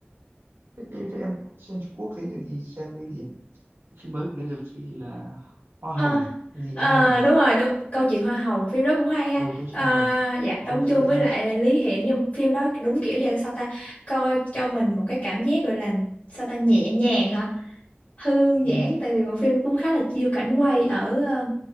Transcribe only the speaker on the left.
Ờ,
ờ,
đúng rồi đúng câu chuyện hoa hồng phim đó cũng hay á
à,
dạ
đóng chung
với
lại Lý Hiển nhưng phim đó đúng kiểu giờ sao ta coi cho mình một cái cảm giác gọi là sao ta nhẹ nhàng hả thư giãn
tại vì bộ phim cũng khá là chiêu cảnh quay ở ờ,